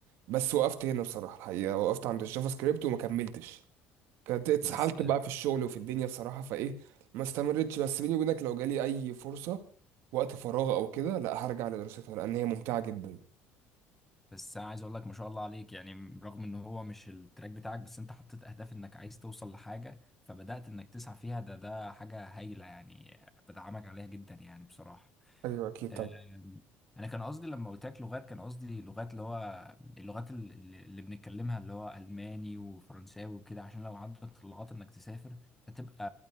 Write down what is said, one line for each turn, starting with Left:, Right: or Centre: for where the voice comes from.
Right: بس وقفت هنا بصراحه الحقيقه وقفت عند الجافا سكريبت وما كملتش كانت اتسحلت
Centre: بس
Right: بقى في الشغل وفي الدنيا بصراحه فايه ما استمرتش بس بيني وبينك لو جالي اي فرصه وقت فراغ او كده لا هرجع لدراستها لان هي ممتعه جدا
Centre: بس انا عايز اقول لك ما شاء الله عليك يعني رغم ان هو مش التراك بتاعك بس انت حطيت اهداف انك عايز توصل لحاجة فبدأت انك تسعى فيها ده ده حاجة هايلة يعني بدعمك عليها جدا يعني بصراحة
Right: ايوه اكيد
Centre: أم، انا كان قصدي لما قلت لك لغات كان قصدي لغات اللي هو اللغات ال- اللي اللي بنتكلمها اللي هو الماني وفرنساوي وكده عشان لو عندك طلعات انك تسافر فتبقى